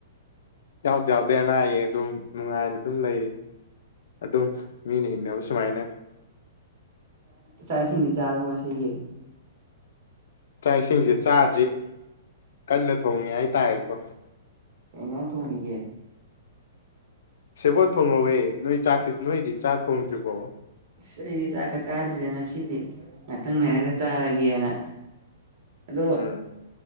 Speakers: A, on the left; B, on the right.
A: ꯌꯥꯎꯗꯤ ꯌꯥꯎꯗꯦ ꯑꯅꯥ ꯑꯌꯦꯛ ꯑꯗꯨꯝ ꯅꯨꯡꯉꯥꯏꯅ ꯑꯗꯨꯝ ꯂꯩꯔꯤ ꯑꯗꯨꯝ ꯃꯤꯅ ꯍꯤꯡꯅꯕ ꯁꯨꯃꯥꯏꯅ
B: ꯆꯥꯛ ꯏꯁꯤꯡꯗꯤ ꯆꯥꯔꯕ ꯉꯁꯤꯒꯤ
A: ꯆꯥꯛ ꯏꯁꯤꯡꯁꯦ ꯆꯥꯗ꯭ꯔꯤ ꯀꯟꯅ ꯊꯣꯡꯉꯤ ꯍꯥꯏꯇꯥꯔꯦꯀꯣ
B: ꯀꯩ ꯏꯟꯖꯥꯡ ꯊꯣꯡꯉꯤꯒꯦ
A: ꯁꯤꯕꯣꯠ ꯊꯣꯡꯍꯧꯌꯦ ꯅꯣꯏ ꯆꯥꯛꯇꯤ ꯅꯣꯏꯗꯤ ꯆꯥ ꯊꯣꯡꯗ꯭ꯔꯤꯕꯣ
B: ꯏꯁꯗꯤ ꯆꯥꯛꯀ ꯆꯥꯗ꯭ꯔꯤꯗ ꯉꯁꯤꯗꯤ ꯉꯥꯛꯇꯪ ꯅꯔꯒ ꯆꯥꯔꯒꯦꯅ ꯑꯗꯣ
A: ꯎꯝ